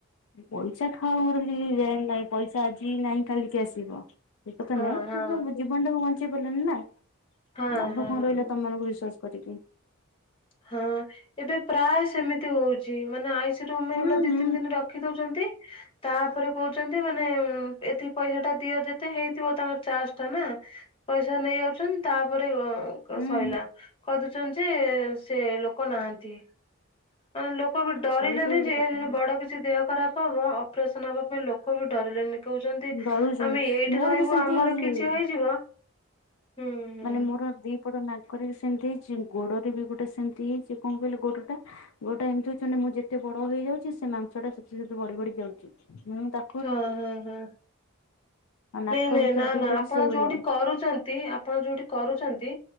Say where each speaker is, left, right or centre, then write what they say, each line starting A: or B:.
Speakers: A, on the left; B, on the left.
A: ପଇସା ଖାଉ ମର କିଛି ଲେନ୍ ନାହିଁ ପଇସା ଆଜି ନାହିଁ କାଲିକି ଆସିବ। ସେକଥା
B: ହଁ
A: ନାଇଁ,
B: ହଁ
A: କିନ୍ତୁ ବୁଝି ଜୀବନ ଟାକୁ ବଞ୍ଚେଇ ପାରିଲାନି ନା ଆଉ
B: ହଁ
A: ଲାଭ
B: ହଁ
A: କଣ ରହିଲା ତମ ମାନଙ୍କୁ ବିଶ୍ଵାସ କରିକି।
B: ହଁ ଏବେ ପ୍ରାଏ। ସେମିତି ହଉଛି ମାନେ ଆଇସି ରୁମରେ
A: ହୁଁ
B: ଏଇ ଭଳିଆ ଦି
A: ହୁଁ
B: ତିନି ଦିନ ରଖି ଦଉଛନ୍ତି। ତାପରେ କହୁଛନ୍ତି ମାନେ ଏତିକି ପଇସା ଟା ଦିଅ ଯେତେ ହେଇଥିବ ତାଙ୍କ ଚାର୍ଜ ଟା ନା। ପଇସା ନେଇ ଯାଉଛନ୍ତି ତାପରେ ଅଁ କ
A: ହୁଁ
B: ସଇଲା
A: ହୁଁ
B: କହି ଦଉଛନ୍ତି ଯେ ସେ ଲୋକ ନାହାନ୍ତି। ତାମାନେ ଲୋକ ବି ଡରିଲେନି
A: ସିଏ ତ ହଉଛି
B: ଯେ
A: କଥା
B: ବଡ କିଛି। ଛି ଦେହ ଖରାପ ହବ ଅପରେସନ ହବା ପାଇଁ ଲୋକ ବି ଡରିଲେଣିି। କହୁଛନ୍ତି
A: ଡରୁଛନ୍ତି
B: ଆମେ ଏଇଠି
A: ମୋର
B: ରହିବୁ
A: ବି ସେମିତି
B: ଆମର
A: ହେଇଛି।
B: କିଛି ହେଇଯିବ। ହୁଁ ହୁଁ।
A: ମାନେ ମୋର ଦିପଟ ନାକରେ ବି ସେମିତି ହେଇଛି ଗୋଡରେ ବି ଗୋଟେ ସେମିତି ହେଇଛି କଣ କହିଲେ ଗୋଡଟା। ଗୋଡଟା ଏମିତି ହଉଛି ମାନେ ମୁଁ ଯେତେ ବଡ ହେଇ ଯାଉଛି ସେ ମାଂସଟା ସେତେ ସେତେ ବଢି ବଢି ଯାଉଛି ମୁଁ ତା
B: ହଁ ହଁ ହଁ
A: ଆଉ ନାକ
B: ନାଇଁ ନାଇଁ
A: ଭିତରେ
B: ନା
A: ଦିଟା
B: ନା
A: ବି
B: ଆପଣ
A: ସେଇଭଳିଆ
B: ଯୋଉଠି କରୁଚନ ନ୍ତି ଆପଣ ଯୋଉଠି କରୁଛନ୍ତି